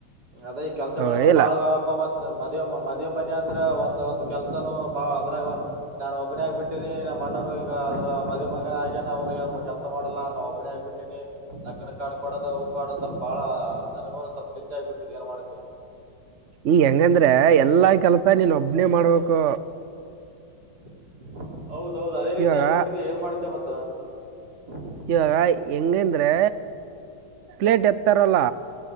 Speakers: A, on the right; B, on the right.
A: ಅದೇ ಈ ಕೆಲಸಗಳನು
B: ಹ ಇಲ್ಲ
A: ಬಾಳ ಅಡವಪ್ಪ ಮತ್ತ ಮದುವೆ ಮದುವೆ ಮನೆ ಅಂದ್ರ ಒಂದು ಒಂದು ಕೆಲಸನು ಬಾಳ ಅದರಾಗ ನಾನ್ ಒಬ್ಬನೇ ಆಗಿಬಿಟ್ಟಿದ್ದೇನೆ ನಮ್ಮ ಅಣ್ಣನು ಈಗ ಅದರ ಮದು ಮಗ ಆಗ್ಯನ ಅವನು ಈಗ ಕೆಲಸಾ ಮಾಡಲ್ಲಾ ನಾನ ಒಬ್ಬನೇ ಆಗ್ಬಿಟ್ಟೀನಿ ಲಗ್ನ ಕಾರ್ಡ್ ಕೊಡೋದು ಅವು ಕಾರ್ಡ್ ಸ್ವಲ್ಪ ಬಾಳ ನನಗೂ ಸ್ವಲ್ಪ ಚಿಂತಿ ಹಂಗಾಗ್ಬಿಟ್ಟಿದ ಏನ ಮಾಡ್ತಿಯಾ
B: ಈ ಹೆಂಗಂದ್ರೆ ಎಲ್ಲಾ ಕೆಲಸಾ ನಿನ ಒಬ್ಬನೇ ಮಾಡ್ಬೇಕು
A: <unintelligible> ಹೌದು ಹೌದು ಅದೇ ರೀತಿ
B: ಇವಾಗ
A: ಆಗಿಬಿಟ್ಟಿದೆ ಏನ್ ಮಾಡತಿ ಮತ್ತ ಹ
B: ಇವಾಗ ಹೆಂಗಂದ್ರೆ ಪ್ಲೇಟ್ ಎತ್ತಾರಲ್ಲ